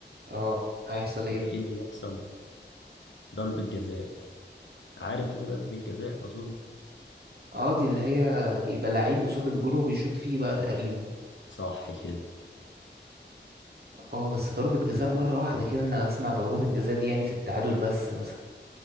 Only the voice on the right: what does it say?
اه هيحصل ايه
اه دي اللي هي بيبقى لعيب قصاد الجون وبيشوط فيه بقى تقريبا
اه بس ضربة جزاء مرة واحدة كده انا اسمع ضربات الجزاء دي يعني في التعادل بس مثلا